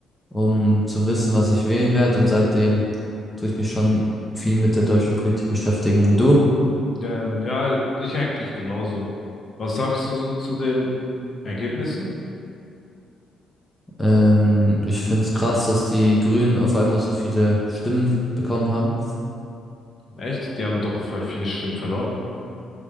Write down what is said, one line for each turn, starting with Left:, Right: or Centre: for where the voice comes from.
Centre: um zu wissen, was ich wählen werde. Und seitdem tue ich mich schon viel mit der deutschen Politik beschäftigen. Und du?
Left: Ähm, ja, ich eigentlich genauso. Was sagst du so zu den Ergebnissen?
Centre: Ähm, ich finde es krass, dass die Grünen auf einmal so viele Stimmen bekommen haben.
Left: Echt? Die haben doch voll viele Stimmen verloren.